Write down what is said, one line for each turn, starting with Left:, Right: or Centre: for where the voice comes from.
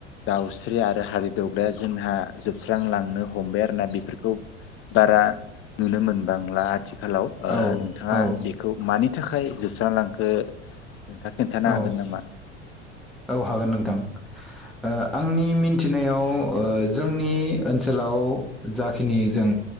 Left: दाउस्रि आरो हारि दावग्राया जोंहा जोबस्रांलांनो हमबाय आरोना बेफोरखौ बारा। नुनो मोनबांला। आथिखालाव ओ
Centre: औ
Left: नोंथाङा
Centre: औ
Left: बेखौ मानि। थाखाय जोबस्रां लांखो। नोंथाङा खोनन्थानो
Centre: औ
Left: हागोन नामा।
Centre: औ हागोन नोंथां ओ आंनि मिन्थिनायाव ओ जोंनि ओनसोलाव जाखिनि जों